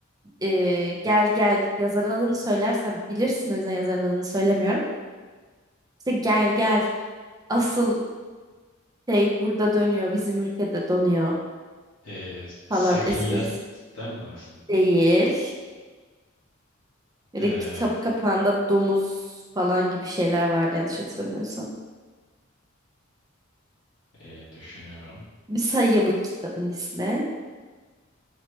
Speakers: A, on the right; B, on the left.
A: e, Gel Gel yazarın adını söylersem bilirsin o yüzden yazarın adını söylemiyorum. İşte Gel Gel asıl şey burada dönüyor bizim ülkede donuyor
B: Ee, sefillerden
A: falan esprisi
B: mi bahsediyorsun?
A: değil. Böyle
B: Ee,
A: kitap kapağında domuz falan gibi şeyler vardı yanlış hatırlamıyorsam.
B: e, düşünüyorum.
A: Bir sayı bu kitabın ismi.